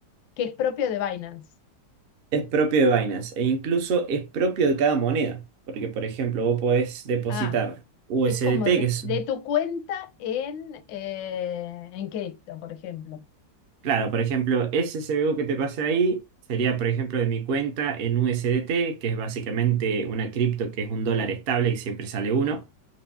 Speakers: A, on the left (about 80°); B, on the right (about 70°).
A: que es propio de Binance.
B: Es propio de Binance e incluso es propio de cada moneda. Porque, por ejemplo, vos podés depositar
A: Ah,
B: USDT,
A: es como de,
B: que es,
A: de tu cuenta en, eh, en cripto, por ejemplo.
B: claro, por ejemplo, ese CBU que te pasé ahí sería, por ejemplo, de mi cuenta en USDT, que es básicamente una cripto que es un dólar estable, y siempre sale uno.